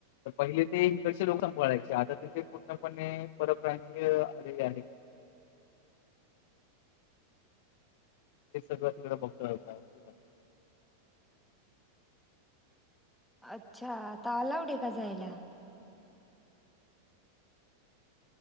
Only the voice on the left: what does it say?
पहिले ते इकडचे लोक संपयचे आता तिथे पूर्णपणे परप्रांतीय आलेले आहेत. हे सगळं तिकडे बघतो काय वा.